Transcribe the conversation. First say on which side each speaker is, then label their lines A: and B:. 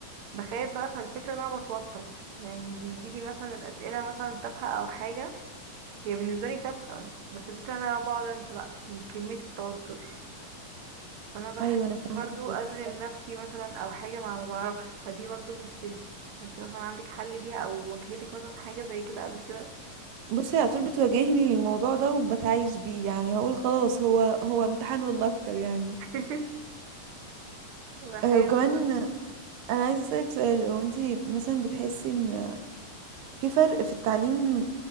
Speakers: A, on the right (about 70°); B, on the right (about 90°).
A: بخاف بقى فالفكره ان انا بتوتر يعني بيجيلي مثلا الاسئله مثلا تافهه او حاجه هي بالنسبه لي تافهه بس الفكره ان انا بقعد انسى بقى من كميه التوتر فانا بحاول
B: ايوه انا فاهماكي
A: برضو اشغل
B: ف...
A: نفسي مثلا او حاجه مع ما بعرفش فدي برضو مشكلتي انتي مثلا عندك حل ليها او واجهتك مثلا حاجه زي كده قبل كده
B: بصي على طول بتواجهني الموضوع ده وبتعايش بيه يعني هقول خلاص هو هو امتحان والله اكتر يعني
A: <laughs> بحاول
B: أه وكمان انا عايزه اسالك سؤال هو انت مثلا بتحسي ان في فرق في التعليم